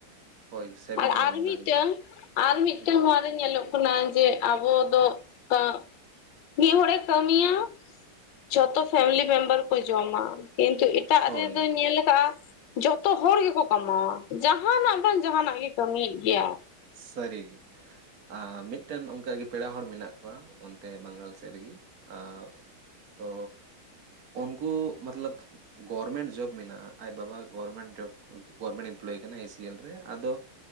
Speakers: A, on the right; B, on the left.
A: ᱦᱳᱭ ᱥᱮᱵᱷᱤᱝ
B: ᱟᱨ
A: ᱵᱟᱵᱚᱱ
B: ᱟᱨ ᱢᱤᱫᱴᱟᱝ
A: ᱫᱟᱲᱮᱭᱟᱜᱼᱟ
B: ᱟᱨ ᱢᱤᱫᱴᱟᱝ
A: ᱦᱩᱸ
B: ᱱᱚᱣᱟᱼᱼ ᱧᱮᱞᱚᱜ ᱠᱟᱱᱟ ᱡᱮ ᱟᱵᱚ ᱫᱚ <unintelligible> ᱢᱤᱫ ᱦᱚᱲᱮ ᱠᱟᱹᱢᱤᱭᱟ ᱡᱷᱚᱛᱚ ᱯᱷᱮᱢᱮᱞᱤ ᱢᱮᱢᱵᱟᱨ ᱠᱚ ᱡᱚᱢᱟ ᱠᱤᱱᱛᱩ ᱤᱴᱼᱼ ᱮᱴᱟᱜ
A: ᱦᱳᱭ
B: ᱨᱮᱫᱚᱧ ᱧᱮᱞ ᱟᱠᱟᱜᱼᱟ ᱡᱚᱛᱚ ᱦᱚᱲ ᱜᱮᱠᱚ ᱠᱟᱢᱟᱣᱟ ᱡᱟᱦᱟᱱᱟᱜ ᱵᱟᱝᱼᱼ ᱡᱟᱦᱟᱱᱟᱜ ᱜᱮ ᱠᱟᱹᱢᱤᱭ ᱮᱫ ᱜᱮᱭᱟ᱾
A: ᱥᱟᱹᱨᱤᱜᱮ ᱟᱨ ᱢᱤᱫᱴᱮᱱ ᱚᱱᱠᱟᱜᱮ ᱯᱮᱲᱟ ᱦᱚᱲ ᱢᱮᱱᱟᱜ ᱠᱚᱣᱟ ᱚᱱᱛᱮ ᱵᱟᱝᱜᱟᱞ ᱥᱮᱫ ᱨᱮᱜᱮ ᱟᱨ ᱛᱚ ᱩᱱᱠᱩ ᱢᱚᱛᱞᱚᱵ ᱜᱚᱨᱢᱮᱱᱴ ᱡᱚᱵ ᱢᱮᱱᱟᱜᱼᱟ ᱟᱡ ᱵᱟᱵᱟ ᱜᱚᱨᱢᱮᱱᱴ ᱡᱚᱵ ᱜᱚᱵᱚᱨᱢᱮᱱᱴ ᱮᱢᱯᱞᱚᱭ ᱠᱟᱱᱟ ᱮ ᱥᱤ ᱮᱞ ᱨᱮ ᱟᱫᱚ